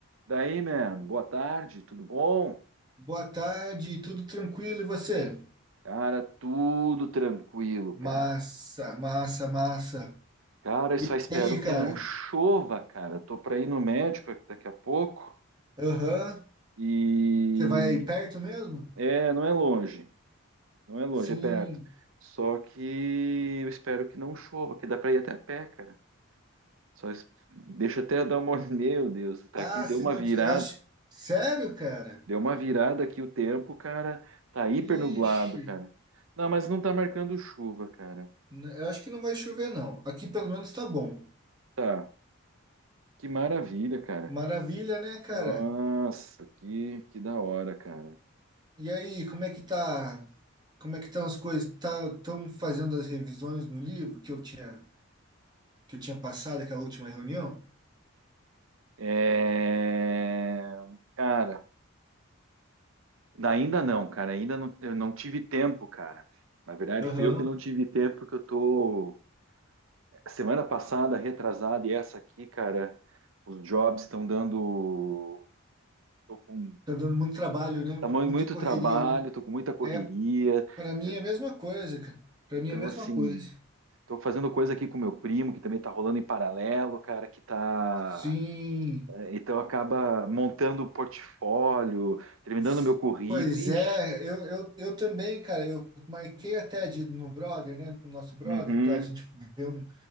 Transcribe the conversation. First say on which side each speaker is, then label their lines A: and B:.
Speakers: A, on the right; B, on the right.
A: Daí, man, boa tarde, tudo bom?
B: Boa tarde, tudo tranquilo e você?
A: Cara, tudo tranquilo, cara.
B: Massa, massa, massa.
A: Cara, eu
B: E
A: só espero
B: aí, cara?
A: que não chova, cara. Tô pra ir no médico aqui daqui a pouco
B: Aham.
A: e
B: Você vai aí perto mesmo?
A: é, não é longe, não é longe,
B: Sim.
A: é perto. Só que eu espero que não chova, que dá pra ir até a pé, cara. Só es- deixa eu até dar uma, olhada. <laughs> meu Deus, tá
B: Ah,
A: aqui, deu
B: se
A: uma
B: não.
A: virada,
B: Eu acho. Sério, cara?
A: deu uma virada aqui o tempo, cara. Tá hiper
B: Ixi.
A: nublado, cara. Não, mas não tá marcando chuva, cara.
B: n- Eu acho que não vai chover, não. Aqui pelo menos tá bom.
A: Tá. Que maravilha, cara.
B: Maravilha, né, cara?
A: Nossa, que, que da hora, cara.
B: E aí, como é que tá? Como é que estão as coisas? Tá, estão fazendo as revisões no livro que eu tinha, que eu tinha passado aquela última reunião?
A: É... Cara, ainda não, cara. Ainda não, eu não tive tempo, cara. Na verdade,
B: Aham,
A: fui eu que não tive tempo, porque eu tô. Semana passada, retrasada, e essa aqui, cara, os jobs estão dando. Tô com
B: Tá dando muito trabalho, né?
A: tamanho
B: Muita
A: muito
B: correria,
A: trabalho,
B: né?
A: tô com muita correria.
B: É, para mim
A: eh,
B: é a mesma coisa, cara. Para
A: Então,
B: mim é a mesma
A: assim,
B: coisa.
A: tô fazendo coisa aqui com meu primo, que também tá rolando em paralelo, cara, que tá
B: Sim.
A: É, Então acaba montando o portfólio, terminando
B: S-
A: o meu currículo.
B: Pois
A: Ixi,
B: é, eu, eu, eu também, cara, eu marquei até de ir no brother, né? No nosso brother,
A: uhum.
B: pra gente ver um,